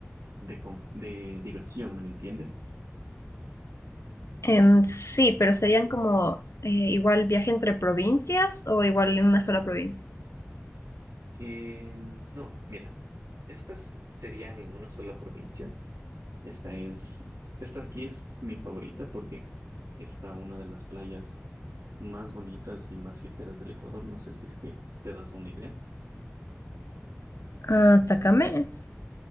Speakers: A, on the right; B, on the left.
A: de, con- de diversión, ¿me entiendes?
B: Em, sí, pero serían como eh, igual viaje entre provincias o igual en una sola provincia.
A: Eh, no, mira, estas serían en una sola provincia. Esta es, esta de aquí es mi favorita porque está una de las playas más bonitas y más fiesteras del Ecuador. No sé si es que te das una idea.
B: Ah, Tacamés.